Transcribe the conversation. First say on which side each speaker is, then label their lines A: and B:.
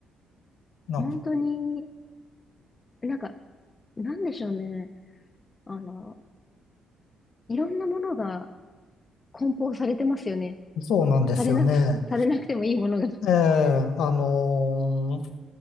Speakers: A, on the left; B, on the left.
A: なんか、
B: 本当に、なんか、なんでしょうね。あの、いろんなものが梱包されてますよね。
A: そうなんですよね。
B: されなく、されなくてもいいものが。
A: ええ、あのー